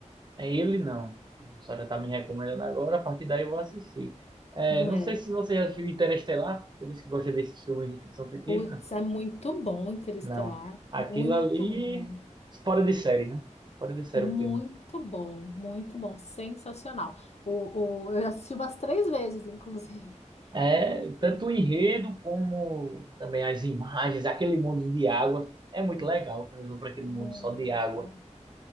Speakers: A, on the right; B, on the left.
A: É ele não. A senhora está me recomendando agora, a partir daí eu vou assistir. É,
B: Hum,
A: não
B: é.
A: sei se você já viu Interestelar, você disse que gosta desses filmes de ficção científica?
B: Putz, é muito bom Interestelar.
A: Não. Aquilo
B: Muito
A: ali,
B: bom.
A: fora de série, né? Fora de série
B: Muito
A: o filme.
B: bom. Muito bom. Sensacional. O, o, eu assisti umas três vezes, inclusive. <laughs>
A: É,
B: É,
A: tanto o enredo como também as imagens, aquele mundo de água. É muito legal quando eles vão para aquele mundo
B: muito.
A: só de água.